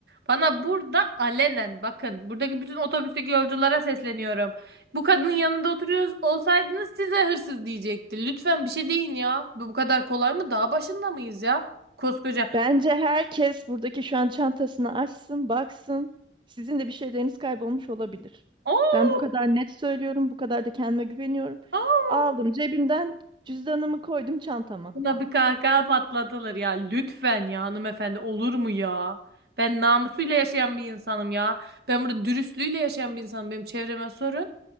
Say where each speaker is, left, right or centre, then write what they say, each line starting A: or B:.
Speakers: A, on the right; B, on the right.
A: Bana burada alenen bakın buradaki bütün otobüsteki yolculara sesleniyorum. Bu kadının yanında oturuyoruz olsaydınız size hırsız diyecekti. Lütfen bir şey deyin ya. Bu bu kadar kolay mı? Dağ başında mıyız ya? Koskoca.
B: Bence herkes buradaki şu an çantasını açsın, baksın. Sizin de bir şeyleriniz kaybolmuş olabilir.
A: Oo,
B: Ben bu kadar net söylüyorum, bu kadar da kendime güveniyorum.
A: oo.
B: Aldım cebimden cüzdanımı koydum çantama.
A: Buna bir kahkaha patlatılır ya. Lütfen ya hanımefendi olur mu ya? Ben namusuyla yaşayan bir insanım ya. Ben burada dürüstlüğüyle yaşayan bir insanım. Benim çevreme sorun.